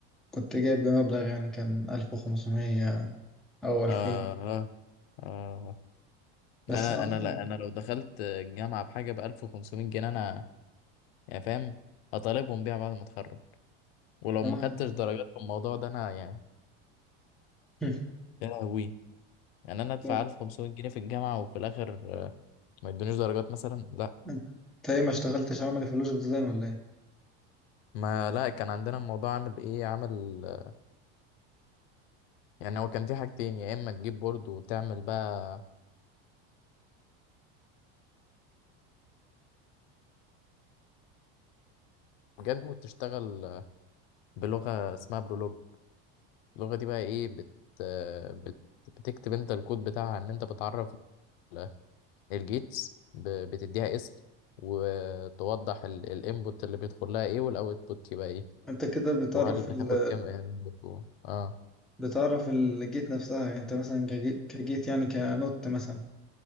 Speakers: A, in the centre; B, on the left.
A: كنت جايب بمبلغ يعني كان 1500 أو 2000
B: آه آه آه
A: بس
B: أنا
A: أنا عامة
B: أنا لا أنا لو دخلت الجامعة بحاجة ب 1500 جنيه أنا يعني فاهم هطالبهم بيها بعد ما أتخرج ولو ما
A: آه
B: خدتش درجات في الموضوع ده أنا يعني
A: <laughs>
B: يا لهوي يعني أنا أدفع
A: طب
B: 1500 جنيه في الجامعة وفي الآخر آه، ما يدونيش درجات مثلا لا
A: أنت أنت إيه ما اشتغلتش عملي في اللوجيك ديزاين ولا إيه؟
B: ما لا كان عندنا الموضوع عامل إيه عامل آه، يعني هو كان في حاجتين يا إما تجيب بورد وتعمل بقى بجد وتشتغل آه، بلغة اسمها برولوج اللغة دي بقى ايه بت... بت... بتكتب انت الكود بتاعها ان انت بتعرف ال- الجيتس ب... بتديها اسم وتوضح ال... الانبوت اللي بيدخل لها ايه والاوتبوت يبقى ايه
A: أنت كده بتعرف
B: وهل بتاخد
A: ال...
B: كام انبوت و... اه
A: بتعرف الجيت نفسها يعني أنت مثلا كجي- كجيت يعني كنوت مثلا